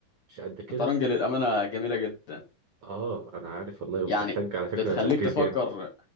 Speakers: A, on the right; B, on the left.
A: مش قد كده
B: الشطرنج للامانه جميله جدا
A: اه انا عارف والله وبتحتاج
B: يعني
A: على فكرة
B: بتخليك
A: تركيز
B: تفكر
A: جامد